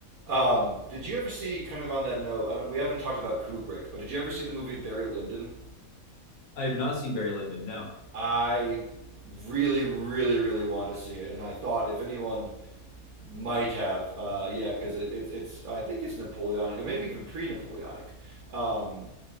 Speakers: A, on the right; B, on the left.
A: Um, did you ever see kind of on that note? I don't. We haven't talked about Kubrick, but did you ever see the movie Barry Lyndon?
B: I have not seen Barry Lyndon. No,
A: I really, really, really want to see it, and I thought if anyone Might have, uh, yeah, because it, it, it's I think it's Napoleonic, or maybe even pre-Napoleonic. Um,